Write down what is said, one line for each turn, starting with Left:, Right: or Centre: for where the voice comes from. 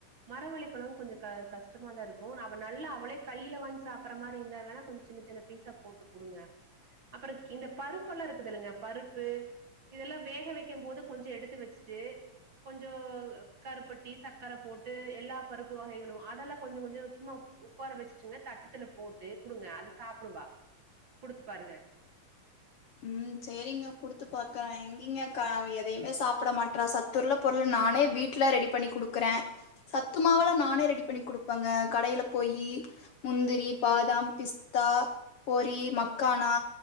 Right: மரவள்ளி கெழங்கும் கொஞ்சோ கஷ்டமா தா இருக்கு அவ நல்லா அவளே கைல வாங்கி சாப்புர்ற மாரி இருந்தா வேணா கொஞ்சோ சின்ன சின் சின்ன பீஸா போட்டு குடுங்க அப்றோ இந்த பருப்பெல்லா இருக்குதுல்லுங்க பருப்பு இதெல்லா வேக வைக்கும் போது கொஞ்சோ எடுத்து வச்சுட்டு கொஞ்சோ கருப்பட்டி சர்க்கர போட்டு எல்லா பருப்பு வகைகளு அதெல்லா கொஞ்ச கொஞ்சோ சும்மா ஒக்கார வச்சுட்டுங்க தட்டத்துல போட்டு குடுங்க அது சாப்பிடுவா குடுத்து பாருங்க
Left: ம் சேரிங்க குடுத்து பாக்குறே இல்லிங்கக்கா அவ எதையுமே சாப்ட மாட்றா சத்துள்ள பொருள் நானே வீட்ல ரெடி பண்ணி குடுக்குறே சத்துமாவுலா நானே ரெடி பண்ணி குடுப்பங்க கடைல போயி முந்திரி பாதாம் பிஸ்தா பொரி மக்கானா